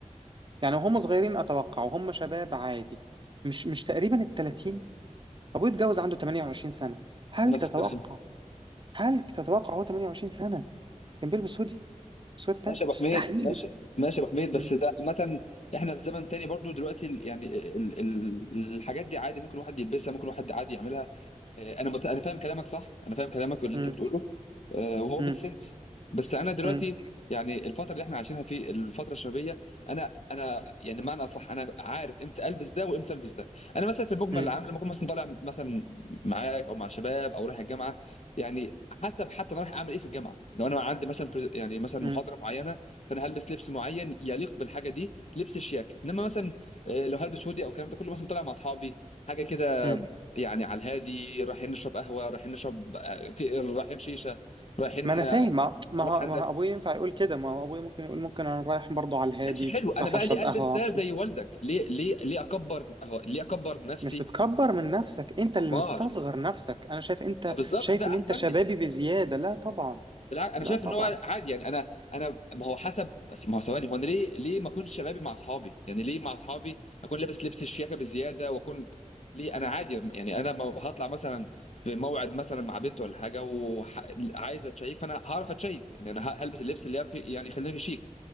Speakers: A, on the right; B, on the left.
A: يعني هم صغيرين اتوقع وهم شباب عادي مش مش تقريبا ال 30 ابوه اتجوز عنده 28 سنه هل
B: انا
A: تتوقع
B: نفس الكلام
A: هل تتوقع هو 28 سنه كان بيلبس هودي سويت
B: ماشي
A: بانت
B: يا ابو
A: مستحيل
B: حميد ماشي ماشي يا ابو حميد
A: مم.
B: بس ده عامة احنا في زمن تاني برضو دلوقتي ال- يعني ال... ال... الحاجات دي عادي ممكن واحد يلبسها ممكن واحد عادي يعملها آه، انا مت... انا فاهم كلامك صح انا فاهم كلامك واللي
A: مم.
B: انت بتقوله آه، وهو
A: مم.
B: ميك سنس بس انا دلوقتي
A: مم.
B: يعني الفتره اللي احنا عايشينها في الفتره الشبابيه انا انا يعني معنى اصح انا عارف امتى البس ده وامتى البس ده انا مثلا في المجمل
A: مم.
B: العام لما اكون مثلا طالع مثلا معاك او مع شباب او رايح الجامعه يعني حسب حتى انا رايح اعمل ايه في الجامعه لو انا عندي مثلا برز- يعني مثلا محاضره
A: مم.
B: معينه فانا هلبس لبس معين يليق بالحاجه دي لبس الشياكه انما مثلا آه، لو هلبس هودي او الكلام ده كله مثلا طالع مع اصحابي حاجه كده
A: مم.
B: يعني على الهادي رايحين نشرب قهوه رايحين نشرب آه، في رايحين شيشه رايحين
A: ما انا
B: آه،
A: فاهم ما ما
B: رايح
A: هو
B: عندك
A: ما هو ابويا ينفع يقول كده ما هو ابويا ممكن يقول ممكن انا رايح برضو على الهادي
B: ماشي حلو انا
A: رايح
B: بقى
A: اشرب
B: ليه البس
A: قهوه معرفش
B: ده زي
A: إيه.
B: والدك ليه ليه ليه اكبر هو- ليه اكبر نفسي
A: مش بتكبر من نفسك انت
B: ما
A: اللي مستصغر نفسك انا شايف انت
B: ما بالظبط
A: شايف
B: ده
A: ان
B: احسن
A: انت شبابي
B: لي
A: بزياده لا طبعا
B: بالعكس انا
A: لا
B: شايف
A: طبعا
B: ان هو عادي يعني انا انا ما هو حسب بس ما هو ثواني هو انا ليه ليه ما اكونش شبابي مع اصحابي يعني ليه مع اصحابي اكون لابس لبس الشياكه بزياده واكون ليه انا عادي يعني انا ما هطلع مثلا في موعد مثلا مع بنت ولا حاجه وعايز اتشيك فانا هعرف اتشيك يعني انا هلبس اللبس اللي يعرف يعني يخليني شيك